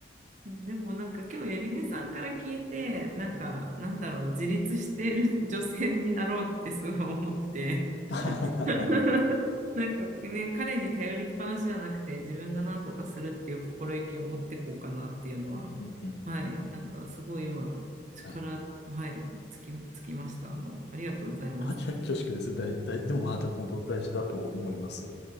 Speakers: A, on the right (about 40°); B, on the left (about 75°).
A: ん。でもなんか今日、エビネさんから聞いて、なんか、
B: うん。
A: なんだろう、自立している女性になろうってすごい思って。
B: <laughs>
A: <laughs> なんかね、彼に頼りっぱなしじゃなくて、自分が何とかするっていう心意気を持っていこうかなっていうのは、
B: うんうんうんうんうん
A: はい、なんかすごい今、力、
B: はい。
A: はい、つき、つきました。あの、ありがとうございます。
B: あいや恐縮です。大、大、でも、まあ、でも本当大事だと思います。